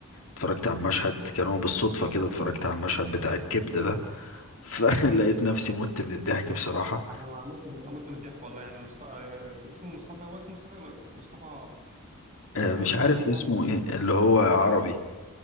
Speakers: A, on the left (about 70°); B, on the right (about 35°).
A: اتفرجت على المشهد كان هو بالصدفة كده اتفرجت على المشهد بتاع الكبدة ده <laughs> فلقيت نفسي مت من الضحك بصراحة
B: انا ما مت مت من الضحك والله يعني مست... اسمه مصطفى هو اسمه مصطفى بس مصطفى
A: آه، مش
B: اللي
A: عارف
B: هو بيطلع
A: اسمه ايه اللي هو عربي